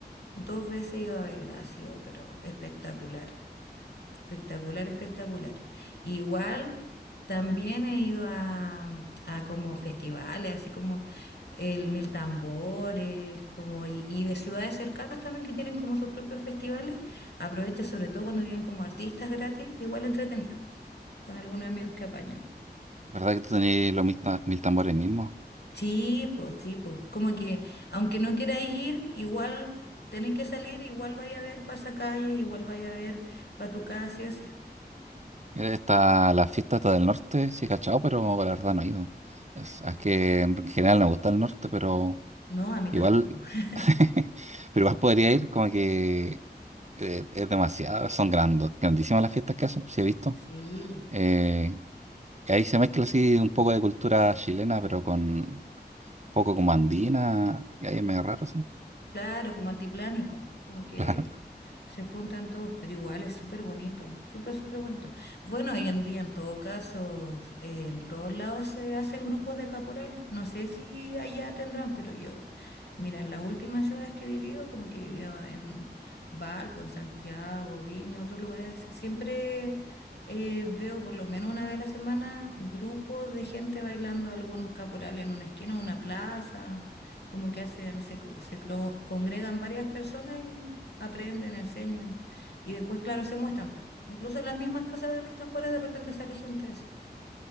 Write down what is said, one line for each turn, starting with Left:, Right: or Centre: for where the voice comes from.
Left: Dos veces he ido a verla, ha sido, pero espectacular. Espectacular, espectacular. Igual también he ido a, a como festivales, así como el Mil Tambores, como y, y de ciudades cercanas también que tienen como sus propios festivales. Aprovecho sobre todo cuando vienen como artistas gratis, igual entretenido, con algunos amigos que apañan.
Right: ¿Verdad que tú tenías los mil, ta- mil tambores mismos?
Left: Sí, pues sí, pues. Es como que aunque no queráis ir, igual tenéis que salir, igual vaya a ver pasacalles, igual vaya a ver Batucada, sí o sí.
Right: Eh, Está la fiesta está del norte, sí, cachao, pero la verdad no he ido. Es, es que en general no me gusta el norte, pero
Left: No, a mí tampoco.
Right: igual,
Left: <laughs>
Right: <laughs> pero igual podría ir, como que eh, es demasiado, son grandes, grandísimas las fiestas que hacen, sí he visto.
Left: Sí.
Right: Eh, y ahí se mezcla así un poco de cultura chilena, pero con un poco como andina, y ahí es medio raro, sí. <laughs>
Left: Claro, como altiplánico, como que
Right: Claro,
Left: se juntan todos, pero igual es súper bonito, súper, súper bonito. Bueno, hoy en día en todo caso, eh, en todos lados se hacen grupos de caporal. No sé si allá tendrán, pero yo Mira, en las últimas ciudades que he vivido, como que he vivido en Valpo, en Santiago, Viña, otros lugares así, siempre eh, veo por lo menos una vez a la semana grupos de gente bailando algún caporal en una esquina, o una plaza, como que hacen, se, co- se cro- congregan varias personas y aprenden, enseñan. Y después, claro, se muestran, pues. Incluso las mismas cosas de Mil Tambores, de repente sale gente así.